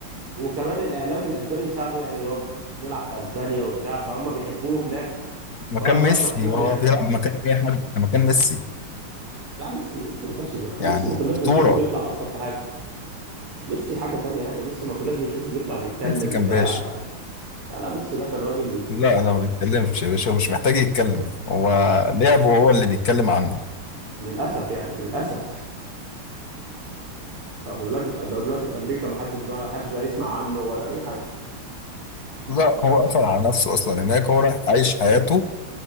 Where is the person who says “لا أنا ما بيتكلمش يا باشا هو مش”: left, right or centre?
Left